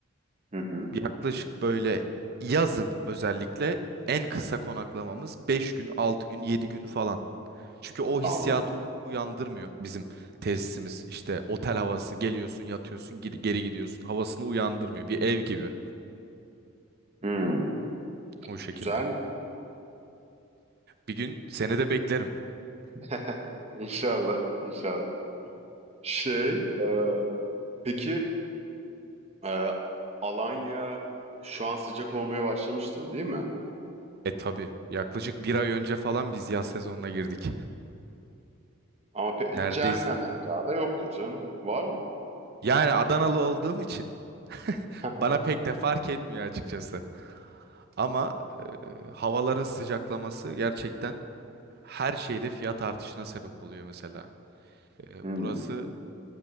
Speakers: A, on the right; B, on the right.
A: Hı hı.
B: yaklaşık böyle yazın özellikle en kısa konaklamamız 5 gün, 6 gün, 7 gün falan. Çünkü o
A: Anladım.
B: hissiyatı uyandırmıyor bizim tesisimiz. İşte otel havası geliyorsun yatıyorsun geri, geri gidiyorsun havasını uyandırmıyor. Bir ev gibi
A: Hmm.
B: o şekilde.
A: Güzel mi?
B: Bir gün seni de beklerim.
A: <laughs> İnşallah, inşallah. Şey, e, Peki e, Alanya şu an sıcak olmaya başlamıştır değil mi?
B: E tabii yaklaşık bir ay önce falan biz yaz sezonuna girdik.
A: Ama pe-
B: Neredeyiz?
A: cehennem sıcağı da yoktur canım. Var mı?
B: Yani Adanalı olduğum için
A: <laughs>
B: bana pek de fark etmiyor açıkçası. Ama e, havaların sıcaklaması gerçekten her şeyde fiyat artışına sebep oluyor mesela. E,
A: Hı
B: burası
A: hı.